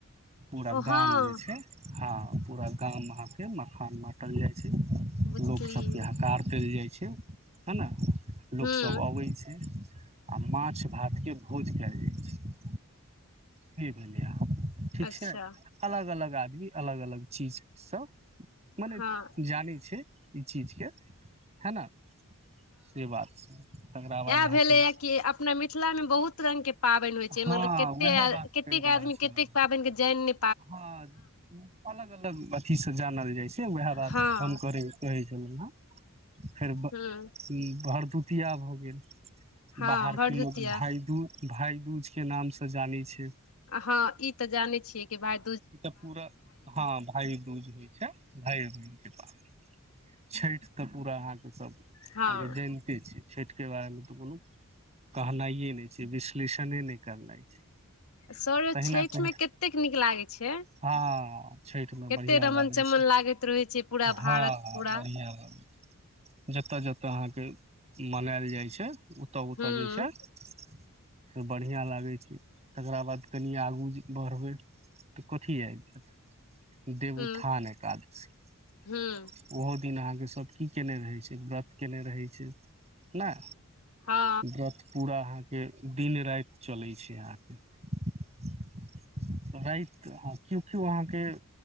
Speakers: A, on the right (about 30°); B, on the left (about 70°).
A: पूरा
B: ओ
A: गाम
B: हँ
A: जे छै, हँ पूरा गाम अहाँके मखान बा बाटल जाइ छै,
B: बुझली
A: लोक सबके हकार देल जाइ छै है। लोक
B: हूँ
A: सभ अबै छै, आ माछ -भात के भोज कयल जाइ छै। से भेलै अहाँ के, ठीक
B: अच्छा
A: छै अलग -अलग आदमी, अलग- अलग चीज सब मने
B: हँ
A: जाने छै ई चीज के, हैना! से बात छै। तकरा
B: इह
A: बाद अहाँके
B: भेले य कि, अपना मिथिला में बहुत रंग के पाबैन होइ छै,
A: हँ
B: मतलब कते
A: उएह बात
B: कतेक
A: कहि रहल
B: आदमी
A: छलहुँ
B: कतेक पाबैन के जान ने।
A: हँ, अलग -अलग अथी सँ जानल जाइ छै, उएह बात
B: हँ
A: हम करे कहै छलहु हँ, फेर भ
B: हूँ
A: भरदुतिया भ गेल।
B: हँ
A: बाहर
B: भरदुतिया
A: के लोग, भाइदूज भाईदूज के नाम से जाने छै।
B: हँ ई तऽ जाने छियै कि भाइ
A: ई तऽ पूरा हँ भाय दूज होइ छै, भाय दूज। पाबैन छठि तऽ पूरा अहाँके सब
B: हँ
A: अहा जैन। <unintelligible> क छै छठिके बारे मे तऽ कोनो कहनाइए नय छै, विश्लेषणे नय करनाइह छै।
B: सर यो
A: तहिना
B: छठि
A: तहि
B: मे कतेक नीक लागै छै।
A: हँ छठि मे
B: कते
A: बढ़िआँ
B: रमन
A: लागै
B: चमन
A: छै,
B: लागैत रहै छै पूरा
A: हँ
B: भारत पूरा
A: बढ़िआँ लागै छै। जतय -जतय अहाँके मनायल जाइ छै, ओतय -ओतय
B: हूँ
A: जे छै। से बढ़िआँ लागै छै, तकरा बाद कनिये आगू बढ़बै। तऽ कथी ऐब जैत, देवोथान
B: उ
A: एकादशी।
B: हूँ
A: ओहो दिन अहाँके सभ की केने रहै छै, व्रत केने रहै छै, ने।
B: हँ
A: व्रत पुरा अहा के जे दिन- राईत चले छै आहा के <unintelligible> राइत तऽ हँ केयओ -केओ अहाँके,